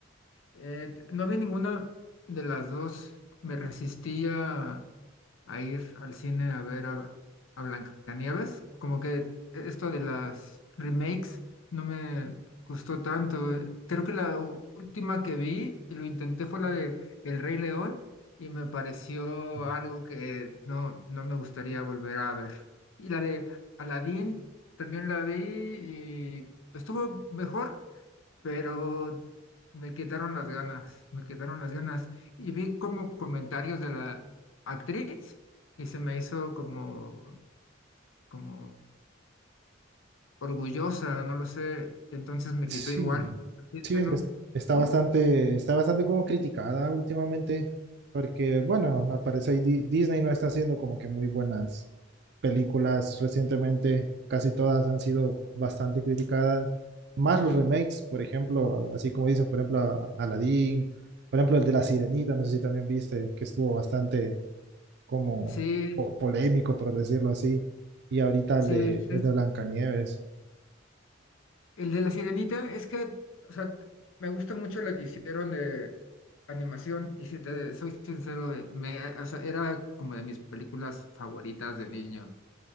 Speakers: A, on the left (about 85°); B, on the right (about 55°).
A: Eh, t- no vi ninguna de las dos. Me resistía a ir al cine a ver a, a Blancanieves. Como que esto de las remakes no me gustó tanto. Eh, Creo que la u- última que vi y lo intenté fue la de El Rey León y me pareció
B: Mm.
A: algo que no, no me gustaría volver a ver. Y la de Aladdin también la vi y estuvo mejor, pero me quitaron las ganas, me quitaron las ganas. Y vi como comentarios de la actriz y se me hizo como, como orgullosa, no lo sé, entonces me
B: Sí,
A: quitó igual. Y dije,
B: sí, es
A: no,
B: que es- está
A: ¿tú?
B: bastante, está bastante como criticada últimamente, porque bueno, al parecer Di- Disney no está haciendo como que muy buenas películas recientemente, casi todas han sido bastante criticadas, más los remakes, por ejemplo, así como dices, por ejemplo, a- Aladdin, por ejemplo, el de La Sirenita, no sé si también viste, que estuvo bastante como
A: Sí,
B: po- polémico, por decirlo así, y ahorita
A: sí,
B: el de,
A: sí.
B: el de Blancanieves.
A: El de la Sirenita es que, o sea, me gusta mucho la que hicieron de animación y si te soy sincero, eh, me, o sea, era como de mis películas favoritas de niño.